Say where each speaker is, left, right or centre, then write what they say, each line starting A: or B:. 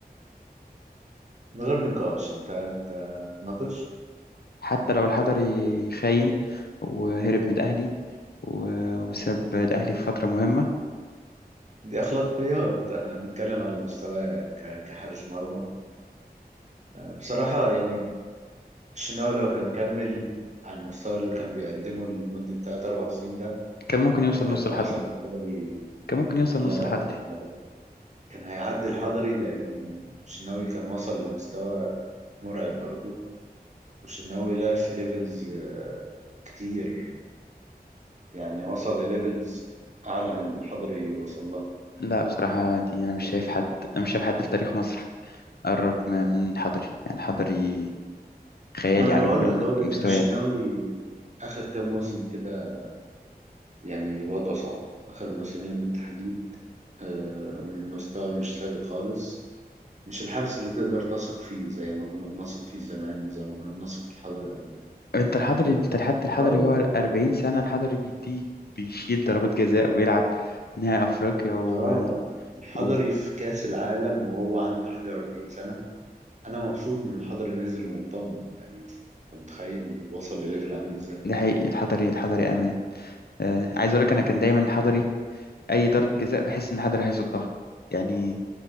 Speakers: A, on the right (about 45°); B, on the left (about 75°).
A: من غير نقاش أنت أنت تناقش
B: حتى لو الحضري خاين وهرب من الأهلي و- وساب الأهلي في فترة مهمة
A: دي أخلاقيات إحنا بنتكلم على مستوى ك- كحارس مرمى بصراحة يعني الشناوي لو كان كمل على المستوى اللي كان بيقدمه لمدة 3 4 سنين ده
B: كان ممكن يوصل
A: كان هيبقى
B: نص الحضري
A: أحسن من الحضري
B: كان ممكن يوصل
A: لا
B: نص
A: لا
B: الحضري
A: لا كان هيبقى كان هيعدي الحضري لأنه الشناوي كان وصل لمستوى مرعب برضه والشناوي لعب في ليفلز كتير يعني وصل لليفلز اعلى من الحضري وصل لها
B: لا بصراحة دي أنا
A: لكن
B: مش شايف حد أنا مش شايف حد في تاريخ مصر قرب م- من الحضري يعني الحضري خيالي
A: ما انا
B: على
A: بقول
B: كل
A: لك اقول لك
B: المستويات
A: انا الشناوي اخر كام موسم كده يعني وضعه صعب اخر موسمين بالتحديد آه، مستوى مش ثابت خالص مش الحارس اللي تقدر تثق فيه زي ما كنا بنثق فيه زمان وزي ما كنا بنثق في الحضري قبل
B: انت الحضري انت لحد الحضري
A: اه
B: هو 40 سنة الحضري بيديك بيشيل ضربات جزاء وبيلعب نهائي افريقيا و...
A: اه الحضري
B: و...
A: في كاس العالم وهو عنده حاجه 40 سنه انا مبسوط ان الحضري نزل ومطمن يعني انت متخيل وصل لليفل عامل ازاي
B: ده حقيقي الحضري الحضري امان آه عايز اقول لك انا كان دايما الحضري اي ضربة جزاء بحس ان الحضري هيصدها يعني